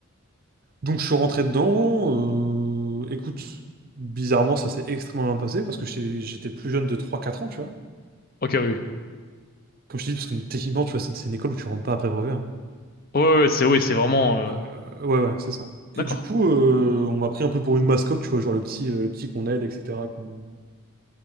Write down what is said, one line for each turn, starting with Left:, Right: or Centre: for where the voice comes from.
Right: Donc je suis rentré dedans. euh, écoute, bizarrement, ça s'est extrêmement bien passé parce que j'ai- j'étais plus jeune de trois quatre ans, tu vois.
Left: Ok, oui. oui.
Right: Comme je te dis, parce que techniquement, tu vois, c'est c'est une école où tu rentres pas après brevet. hein.
Left: Ouais, ouais, ouais, c'est oui, c'est vraiment. euh,
Right: Euh, ouais, ouais, c'est ça.
Left: D'accord.
Right: Et du coup, euh, on m'a pris un peu pour une mascotte, tu vois, genre le petit, euh, le petit qu'on aide, etc. qu'on-